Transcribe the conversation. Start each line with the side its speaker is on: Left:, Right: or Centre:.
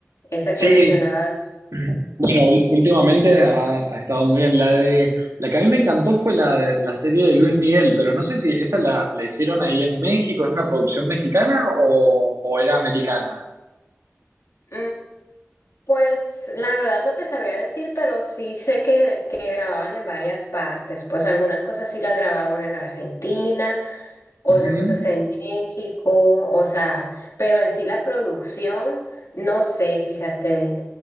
Left: Esa
Right: sí,
Left: que mencionabas.
Right: <clears throat> bueno, ul- últimamente ha, ha estado muy bien la de... La que a mí me encantó fue la, de- la serie de Luis Miguel, pero no sé si esa la, la hicieron ahí en México, ¿es una producción mexicana o, o era americana?
Left: Mm, Pues la verdad no te sabría decir, pero sí sé que, que grababan en varias partes. Pues algunas cosas sí las grababan en Argentina, otras
Right: Ujú.
Left: cosas en México, o sea, pero en sí la producción, no sé, fíjate,